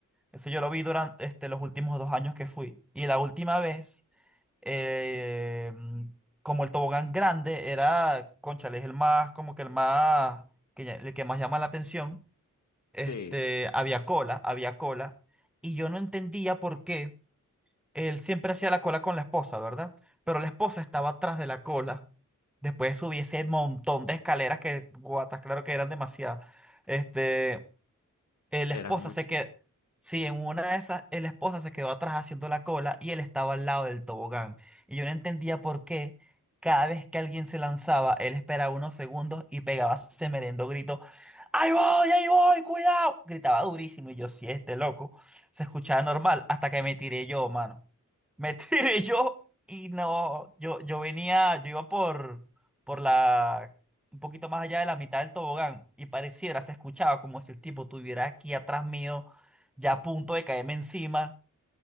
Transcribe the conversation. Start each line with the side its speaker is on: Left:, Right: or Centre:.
Centre: Eso yo lo vi durante este, los últimos dos años que fui. Y la última vez, eh, mm, como el tobogán grande era, cónchale, es el más, como que el más, que, ya- el que más llama la atención, este,
Left: Sí,
Centre: había cola, había cola. Y yo no entendía por qué él siempre hacía la cola con la esposa, ¿verdad? Pero la esposa estaba atrás de la cola. Después subí ese montón de escaleras que, guatas, claro que eran demasiadas. Este. El
Left: eran
Centre: esposa
Left: muchos.
Centre: se quedó, sí, en una de esas, el esposa se quedó atrás haciendo la cola y él estaba al lado del tobogán. Y yo no entendía por qué cada vez que alguien se lanzaba, él esperaba unos segundos y pegaba ese merendo grito, ¡Ahí voy, ahí voy, cuidado! Gritaba durísimo y yo, sí, este loco, se escuchaba normal hasta que me tiré yo, mano. Me <laughs> tiré yo y no, yo, yo venía, yo iba por, por la un poquito más allá de la mitad del tobogán y pareciera, se escuchaba como si el tipo estuviera aquí atrás mío, ya a punto de caerme encima.